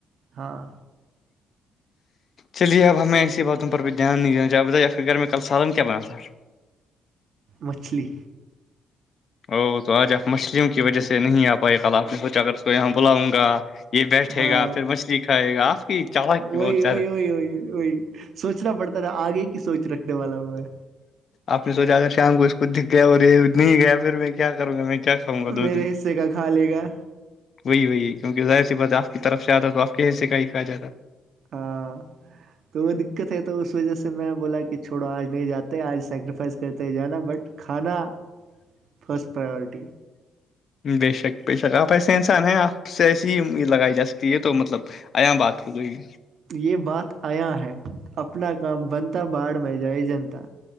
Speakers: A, on the right; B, on the left.
A: ہاں
B: چلیے اب ہمیں ایسی باتوں پر بھی دھیان نہیں دینا چاہے بتائیے آپ کے گھر میں کل سالن کیا بناات تھا
A: مچھلی
B: او تو آج آپ مچھلیوں کی وجہ سے نہیں آ پائے کل آپ نے سوچا اگر اس کو یہاں بلاؤں گا یہ بیٹھے
A: ہاں
B: گا پھر مچھلی کھائے گا آپ کی چالاکی
A: وہی
B: بہت زیادہ
A: وہی وہی وہی وہی سوچنا پڑتا تھا آگے کی سوچ رکھنے والا ہوں میں
B: آپ نے سوچا اگر شام کو اس کو دکھ گیا اور یہ نہیں گیا پھر میں کیا کروں گا میں کیا پؤوں گا دو
A: میرے
B: دن
A: حصے کا کھا لے گا
B: وہی وہی کیونک ظاہر سی بات آپ کی طرف سے آتا ہے تو آپ کے حصے کا ہی کھیا جاتا
A: ہاں تو وہ دقت ہے تو اس وجہ سے میں بولا کہ چوڑو آج نہیں جاتے آج سیکریفائز کرتے جانا بٹ کھانا فسٹ پرائیورٹی
B: بے شک بے شک آپ ایسے انسان ہیں آپ سے ایسی ہی لگائی جا سکتی ہے تو مطلب آیا بات ہو گئی
A: یہ بات آیا ہے اپنا کام بنتا باڑ میں جائے جنتا